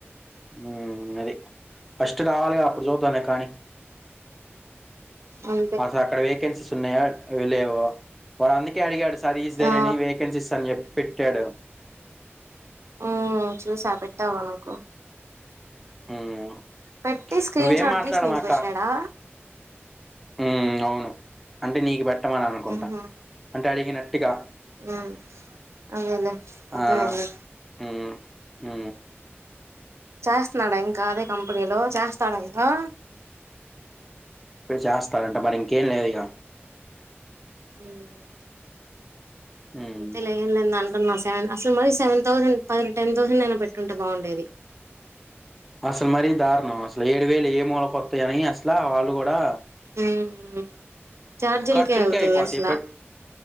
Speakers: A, in the centre; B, on the right.
A: ఉమ్ అది ఫస్ట్ రావాలిగా అప్పుడు చూద్దాంలే కానీ
B: అంతే
A: అసలు అక్కడ వేకెన్సీస్ ఉన్నాయా లేవా, వాడు అందు కే అడిగాడు స్టడీస్ ధేర్
B: ఆ
A: ఎణి వేకెన్సీస్ అని చెప్ప్ పెట్టాడా
B: ఉమ్ చూసా పెట్టావా నాకు
A: హ్మ్.
B: పెట్టి స్క్రీన్
A: నువ్వేం
B: షాట్
A: మాట్లాడమాక
B: తీసి నీకు పెట్టాడా
A: ఉమ్ అవును అంటే నీకు పెట్ ట్టమని అనుకుంటా,
B: మ్హు
A: అంటే అడిగినట్టుగా
B: మ్మ్ అదేలే అర్థమైంది
A: ఆ హూ హూ
B: చేస్తున్నాడా ఇంకా అదే కంపెనీలో చేస్తాడా ఇంకా
A: ఇప్పుడు చేస్తారంట మరి ఇంకేం లేద ఇగా
B: మ్మ్
A: మ్మ్
B: ఎంత లేద్లే సెవెన్ అసలు మరి సెవెన్ థౌసండ్ పది టెన్ థౌసండ్ అయినా పెట్టుంటే బాగుండేది
A: అసలు మరీ దారుణం అసలు ఏడు వేలు ఏ మూలకొత్తాయని అసల వాళ్ళు కూడా
B: ఉమ్ చార్జీలకే
A: ఖర్చులకే
B: అవుతాయి
A: అయిపోతాయి
B: అసలా
A: పెట్